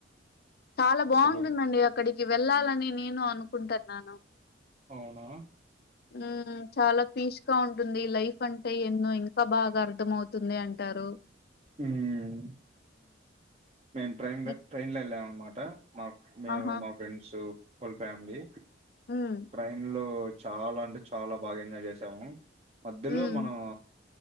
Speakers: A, on the left; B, on the right.
A: చాలా బాగుంటుందండి
B: అసలు
A: అక్కడికి వెళ్ళాలని నేను అనుకుంటున్నాను
B: అవునా
A: ఉ చాలా పీస్గా ఉంటుంది లైఫ్ అంటే ఎన్నో ఇంకా బాగా అర్థంమవుతుంది అంటారు
B: హ్మ్ మేము ట్రైన్
A: హ్మ్.
B: ట్రైన్ లో వెళ్ళాం అనమాట మా మేము
A: ఆహా!
B: మా ఫ్రెండ్స్ వల్ ఫ్యామిలీ
A: హ్మ్.
B: ట్రైన్ లో చాలా అంటే చాలా బాగా ఎంజాయ్ చేసాము మధ్యలో
A: హ్మ్.
B: మనము